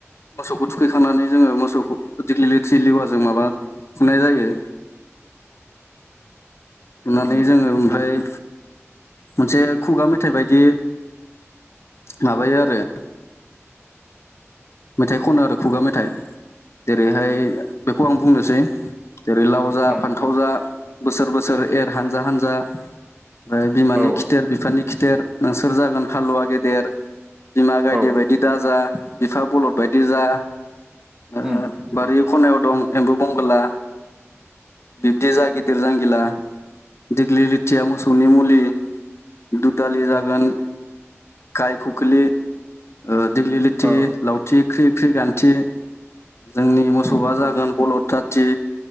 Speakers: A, on the left (about 60°); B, on the right (about 15°).
A: मोसौखौ थुखैखांनानै जोङो मोसौखौ दिल्गि लिथि लेवाजों माबा फुनाय जायो। बुनानै
B: उम
A: जोङो ओमफ्राय मोनसे खुगा मेथाइ बायदि माबायो आरो मेथाइ खनो आरो खुगा मेथाइ जेरैहाय बेखौ आं बुंनोसै जेरै लाव जा
B: उम
A: फान्थाव जा बोसोर बोसोर एर हानजा हानजा ओमफ्राय बिमानि
B: औ
A: खिथेर बिफानि खिथेर नोंसोर जागोन हालुवा गेदेर बिमा गायदे
B: औ
A: बायद दि दाजा बिफा बलद बायदि जा ओ
B: उम
A: बारि खनायाव दं एम्बु बंगोला बिब्दि जा गिदिर जांगिला दिग्लि लिथिया मोसौनि मुलि दुदालि जागोन गाय खुखिलि ओ दिग्लि लिथि
B: औ
A: लावथि ख्रि ख्रि गान्थि। जोंनि मोसौआ
B: उम
A: जागोन बलद जाथि।